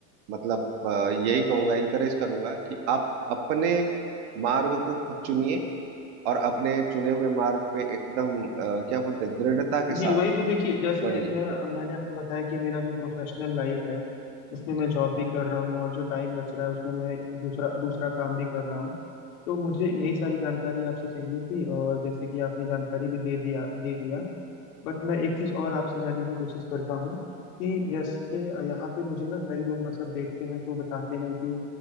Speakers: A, on the right (about 50°); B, on the left (about 75°).
A: मतलब अ, यही कहूंगा इनकरेज करूंगा कि आप अपने मार्ग को खुद चुनिए और अपने चुने हुए मार्ग पे एकदम अ, क्या बोलते हैं दृढ़ता के
B: जी
A: साथ
B: वही तो देखिए जैसे
A: बढ़िए
B: मैं मैंने आपको बताया कि मेरा जो प्रोफेशनल लाइफ है उसमें
A: जी।
B: मैं जॉब भी कर रहा हूँ और जो टाइम बच रहा है उसमें मैं दूसरा दूसरा काम भी कर रहा हूँ तो मुझे यही सारी जानकारी आपसे चाहिए थी और जैसे कि आपने जानकारी भी दे दिया दे दिया बट मैं एक चीज़ और आपसे जानने की कोशिश करता हूँ कि जैसे अ, यहाँ पे मुझे ना कई लोग मतलब देखते हैं तो बताते हैं कि